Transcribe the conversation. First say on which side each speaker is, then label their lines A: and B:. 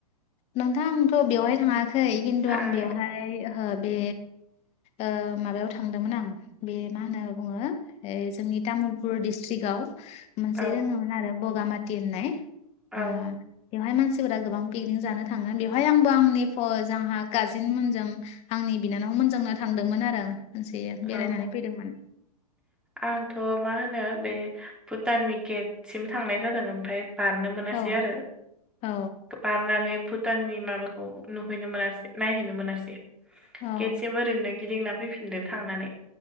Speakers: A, on the left; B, in the centre.
A: नोंथां थ' बेवहाय थांङाखै खिन्थु
B: थाङाखै
A: आं बेवहाय
B: ना?
A: ओ बे ओ माबायाव थांदोंमोन आं बे मा होनो बुंङो है जोंनि तामुलपुर डिस्ट्रिकाव मोनसे
B: औ
A: दोंङोमोन आरो बगामाथि होननाय।
B: औ
A: ओ बेवहाय मानसिफोरा गोबां पिकनिक जानो थांङो बेवहाय आंबो आंनि फ आंहा कारजेन मोनजों आंनि बिनानाव मोनजोंनो थांदोंमोन आरो खनसे
B: औ
A: बेरायनानै फैदोंमोन।
B: आंथ' मा होनो बे भुटाननि गेटसिम थांनाय जादों ओमफाय बारनो मोनासै
A: औ
B: आरो।
A: औ
B: बारनानै भुटाननि माबाखौ नुहैनो मोनासै नायहैनो मोनासै।
A: औ
B: गेटसिम ओरैनो गिदिंना फैफिनदों थांनानै।